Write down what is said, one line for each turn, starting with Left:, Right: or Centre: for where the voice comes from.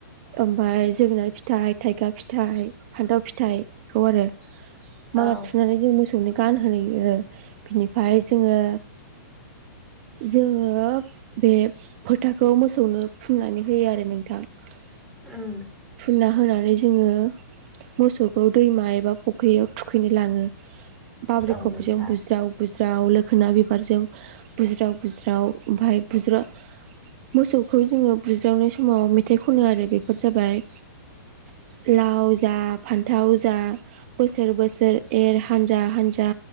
Right: ओमफाय जोगोनार फि फिथाइ थाइगा फिथाइ फान्थाव फिथाइखौ आरो माला
Centre: औ
Right: थुनानै जों मोसौनो गानहो हैयौ बिनिफ्राय जोंङो
Centre: <inaudible>
Right: जोंङो बे फोथाखौ मोसौनो फुननानै होयो आरो नोंथां ।
Centre: उम
Right: ना होनानै जोंङो मोसौखौ दैमा एबा फुख्रियाव थुखैनो लांङो। बाब्रि
Centre: औ
Right: खबजों
Centre: नोंथां
Right: बुज्राव बुज्राव ज्राव लोखोना बिबारजों बुज्राव बुज्राव ओमफाय बुज्रा मोसौखौ जोंङो बुज्रावनाय समाव मेथाइ खनो आरो बेफोर जाबाय
Centre: <unintelligible>
Right: लाव जा फान्थाव जा बोसोर बोसोर एर हान्जा हानजा